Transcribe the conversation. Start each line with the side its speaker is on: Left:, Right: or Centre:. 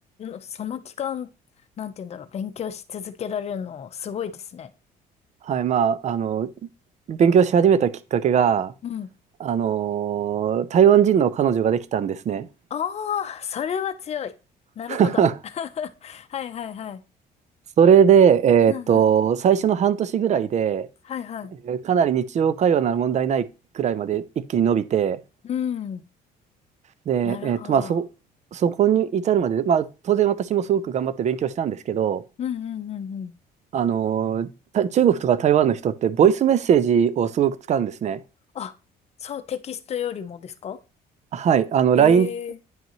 Left: その期間、なんて言うんだろう、勉強し続けられるの、すごいですね。
Right: はい、まあ、あの、勉強し始めたきっかけが、
Left: うん。
Right: あの、台湾人の彼女ができたんですね。
Left: ああ、それは強い。なるほど。
Right: <laughs>
Left: <laughs> はいはいはい。
Right: それで、えーっと、
Left: うんうん。
Right: 最初の半年ぐらいで、
Left: はいはい。
Right: えーかなり日常会話なら問題ないくらいまで一気に伸びて、
Left: うん。
Right: で、
Left: なるほど。
Right: えーっと、まあ、そ、そこに至るまで、まあ、当然私もすごく頑張って勉強したんですけど、
Left: うんうんうんうん。
Right: あの、た中国とか台湾の人ってボイスメッセージをすごく使うんですね。
Left: あ、そう、テキストよりもですか
Right: はい、あの、
Left: え
Right: LINE
Left: え。